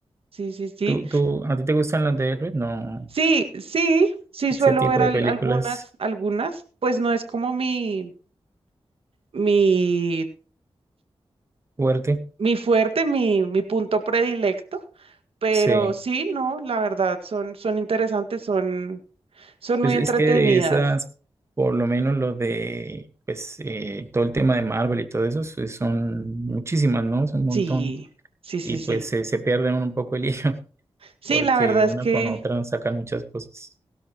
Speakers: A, on the right; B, on the right.
A: Sí, sí, sí.
B: ¿Tú, tú, a ti te gustan las de héroes? No,
A: Sí, sí, sí
B: ese
A: suelo
B: tipo
A: ver al-
B: de películas
A: algunas, algunas. Pues no es como mi, mi,
B: fuerte.
A: mi fuerte, mi, mi punto predilecto, pero
B: Sí.
A: sí, no, la verdad, son, son interesantes, son, son
B: Pues
A: muy entretenidas.
B: es que de esas, por lo menos los de, pues eh, todo el tema de Marvel y todo eso, pues, son muchísimas, ¿no? Es un montón.
A: Sí, sí, sí,
B: Y pues
A: sí.
B: se se pierden un poco el hilo, <laughs>
A: Sí,
B: porque
A: la verdad
B: una
A: es que...
B: con otra sacan muchas cosas.